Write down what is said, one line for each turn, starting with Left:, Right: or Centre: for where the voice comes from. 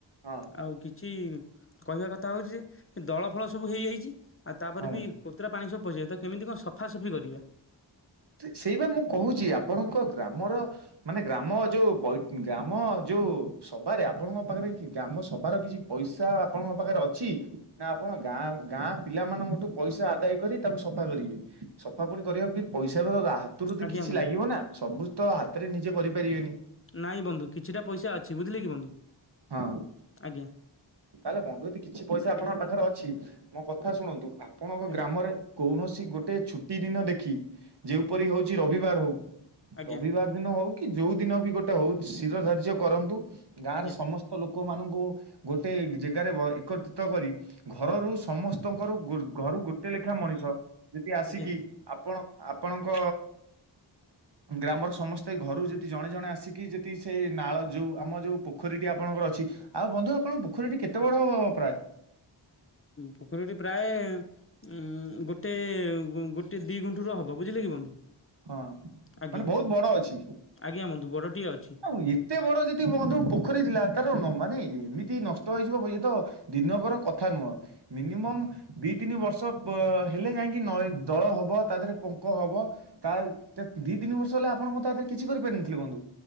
Right: ହଁ
Left: ଆଉ କିଛି କହିବା କଥା ହଉଛି ଯେ ଏ ଦଳ ଫଳ ସବୁ ହେଇଯାଇଛି। ଆଉ ତାପରେ
Right: ହଁ ବନ୍ଧୁ।
Left: ବି କୋତରା ପାଣି ସବୁ ପଶିଯାଇଛି ତ କେମିତି କଣ ସଫାସଫି କରିବା।
Right: ସେଇବା ମୁଁ କହୁଛି ଆପଣଙ୍କ ଗ୍ରାମର ମାନେ ଗ୍ରାମ ଯୋଉ ବୈ ଗ୍ରାମ ଯୋଉ ସଭାରେ ଆପଣଙ୍କ ପାଖରେ କି ଗ୍ରାମ ସଭାର କି ପଇସା ଆପଣଙ୍କ ପାଖରେ ଅଛି ନା ଆପଣ ଗାଁ ଗାଁ ପିଲାମାନଙ୍କଠୁ ପଇସା ଆଦାୟ କରି ତାକୁ ସଫା କରିବେ ସଫା ପୁଣି କରିବାକୁ ବି ପଇସା ହାତରୁ ତ
Left: ଆଜ୍ଞା
Right: କିଛି
Left: ବନ୍ଧୁ
Right: ଲାଗିବ ନା ସବୁ ତ ହାତରେ ନିଜେ କରିପାରିବେନି।
Left: ନାଇଁ ବନ୍ଧୁ କିଛିଟା ପଇସା ଅଛି ବୁଝିଲେ କି ବନ୍ଧୁ
Right: ହଁ
Left: ଆଜ୍ଞା।
Right: ତାହେଲେ ବନ୍ଧୁ ଯଦି କିଛି ପଇସା ଆପଣଙ୍କ ପାଖରେ ଅଛି ମୋ କଥା ଶୁଣନ୍ତୁ ଆପଣଙ୍କ
Left: ଆଜ୍ଞା
Right: ଗ୍ରାମରେ କୌଣସି ଗୋଟେ ଛୁଟି ଦିନ ଦେଖି ଯେଉପରି ହଉଛି ରବିବାର ହଉ
Left: ଆଜ୍ଞା
Right: ରବିବାର ଦିନ ହଉ କି ଯୋଉ ଦିନ ବି ଗୋଟେ ହଉ ଶିର ଧାର୍ଯ୍ୟ କରନ୍ତୁ ଗାଁରେ
Left: ଆଜ୍ଞା
Right: ସମ ସ୍ତ ଲୋକମାନଙ୍କୁ ଗୋଟେ ଜାଗାରେ ଏକତ୍ରିତ କରି ଘରରୁ ସମସ୍ତଙ୍କରୁ ଘରୁ ଗୋଟେ ଲେଖା ମଣିଷ ଯଦି ଆସିକି
Left: ଆଜ୍ଞା
Right: ଆପ ଆପଣ ଆପଣଙ୍କ ଗ୍ରାମର ସମସ୍ତେ ଘରୁ ଯଦି ଜଣେ ଜଣେ ଆସିକି ଯଦି ସେ ନାଳ ଯେଉଁ ଆମ ଯେଉଁ ପୋଖରୀଟି ଆପଣଙ୍କର ଅଛି। ଆଉ ବନ୍ଧୁ ଆପଣଙ୍କ ପୋଖରୀଟି କେତେ ବଡ ହବ ହବ ପ୍ରାୟ?
Left: ପୋଖରୀଟି ପ୍ରାୟ ଉଁ ଗୋଟେ ଗୋଟେ ଦି ଗୁଣ୍ଠୁର ହବ ବୁଝିଲେ କି ବନ୍ଧୁ।
Right: ହଁ ମାନେ
Left: ଆଜ୍ଞା
Right: ବହୁତ ବଡ ଅଛି
Left: ଆଜ୍ଞା ବନ୍ଧୁ ବଡଟିଏ ଅଛି
Right: ଆଉ ଏ ଏତେ ବଡ ଯଦି ବନ୍ଧୁ ପୋଖରୀ ଥିଲା ତାର ମାନେ ଏମିତି ନଷ୍ଟ ହେଇଯିବ ବ ଇଏତ ଦିନକର କଥା ନୁହଁ ମିନିମମ୍ ଦି ତିନି ବର୍ଷ ବ ହେଲେ ଯାଇଁକି ନ ଦଳ ହବ। ତା' ଦେହରେ ପଙ୍କ ହବ। ତା, ଦି ତିନି ବର୍ଷ ହେଲା ଆପଣ କଣ ତା ଦେହରେ କିଛି କରିପାରିନଥିଲେ ବନ୍ଧୁ?